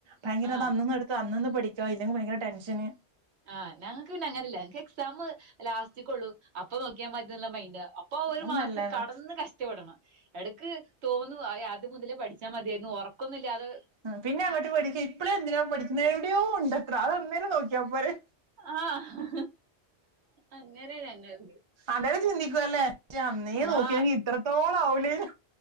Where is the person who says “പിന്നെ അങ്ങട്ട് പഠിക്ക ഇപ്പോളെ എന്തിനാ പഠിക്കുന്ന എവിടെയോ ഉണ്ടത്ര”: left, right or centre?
Right